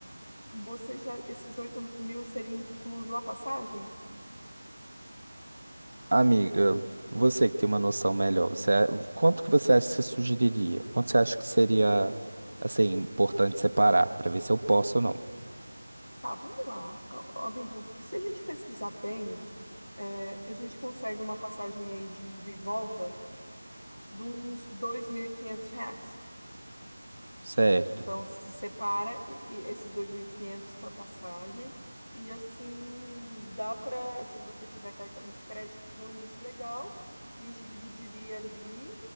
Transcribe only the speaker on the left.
Você já. Esses oito mil seria incluso a passagem?
Tá, vamos lá, a- amigo. Se a gente pesquisar bem. É, a gente consegue uma passagem aí de ida e volta de uns 2.500 reais.
Então, separa e- e esses 2.500 para passagem e assim dá para, se você tiver cartão de crédito com limite legal, a gente dividiria ali